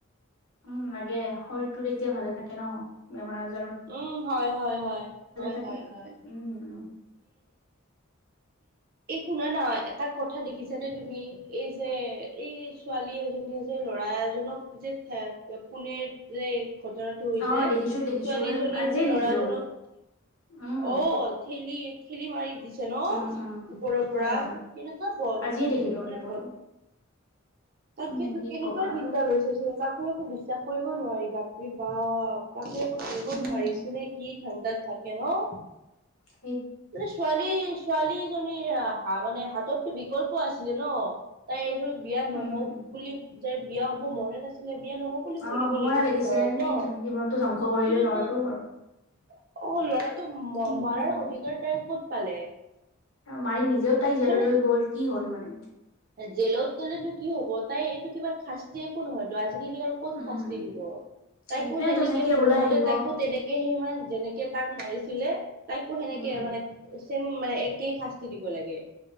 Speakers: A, on the left (about 80°); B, on the right (about 45°).
A: উম লাগে। শৰীৰ তো তেতিয়া ভালে থাকে ন, বেমাৰ আজ
B: উম', হয়,
A: থাকে
B: হয়।
A: উম
B: এই শুনা না এটা কথা দেখিছানে তুমি? এই যে এই ছোৱালী এজনী যে ল'ৰা এজনক যে পনীৰ যে ঘটনাটো হৈছে।
A: অ দেখিছো দেখিছো
B: ছোৱালীজনীয়ে
A: এ আজিয়ে
B: যে
A: দেখিলো
B: ল'ৰাজনক
A: উম
B: অ', ঠেলি, ঠেলি মাৰি দিছে। ন
A: উম উম
B: ওপৰৰ পৰা।
A: হয় হয়
B: কেনেকুৱা মানে
A: আজিয়ে দেখিলো দুপৰীয়া
B: ব তাকে
A: উম,
B: তো
A: কি
B: কেনেকুৱা
A: ক'বা আৰু
B: চিন্তা লৈছ চোন কাকো একো বিশ্বাস কৰিব নোৱাৰি, বাপৰি বাপ। কাকো আকৌ ধৰিব
A: উম,
B: নোৱাৰি কোনে কি ঠাণ্ডাত থাকে ন?
A: উ
B: মানে ছোৱালী, ছোৱালীজনীৰ মানে হাতত বি বিকল্প আছিলে ন তাই এই ধৰি বিয়া নহওক
A: উম।
B: বুলি যাই বিয়া হব মনে নাছিল। বিয়া নহ বুলি
A: অ',
B: কৈ দিব
A: সমৰা
B: লাগিছিল
A: লাগিছে
B: ঘৰত
A: এনে
B: ন।
A: জীৱনটো ধ্বংস কৰিলে
B: কিন্তু
A: ল'ৰাটো
B: ত অ' ল'ৰাটো
A: সেইটোৱে।
B: মৰাৰ অধিকাৰ তাই ক'ত পালে?
A: ত'মাৰি নিজেও তাই জেললৈ
B: মানে
A: গ'ল, কি হ'ল মানে।
B: জেলত গ'লেনো কি হ'ব তাই এইটো কিবা শাস্তি একো নহয়তো আজি কালি আৰু ক'ত
A: উম।
B: শাস্তি দিব?
A: সেইটোৱেতো
B: তাইকো তেনেকে
A: চাগে
B: মোৰ
A: ওলাই
B: মতে
A: আহিব
B: তাইকো তেনেকে সিমান যেনেকে তাক মাৰিছিলে তাইকো সেনেকে
A: উম,
B: মানে চেম মানে একেই শাস্তি দিব লাগে।